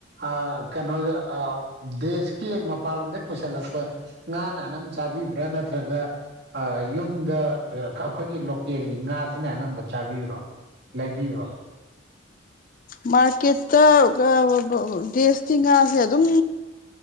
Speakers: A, on the right; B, on the left.
A: ꯑ ꯀꯩꯅꯣꯗ ꯑ ꯗꯦꯁꯀꯤ ꯃꯄꯥꯟꯂꯣꯝꯗꯒꯤ ꯄꯨꯁꯤꯜꯂꯛꯄ ꯉꯥꯅ ꯑꯅꯝꯕ ꯆꯥꯕꯤꯕ꯭ꯔꯥ ꯅꯠꯇ꯭ꯔꯒ ꯌꯨꯝꯗ ꯑꯩꯈꯣꯏꯒꯤ ꯂꯣꯀꯦꯜꯒꯤ ꯉꯥꯁꯤꯅ ꯑꯅꯝꯕ ꯆꯥꯕꯤꯕꯨꯔꯣ ꯂꯩꯕꯤꯕꯨꯔꯣ
B: ꯃꯥꯔꯀꯦꯠꯇ ꯑ ꯗꯦꯁꯀꯤ ꯉꯥꯁꯦ ꯑꯗꯨꯝ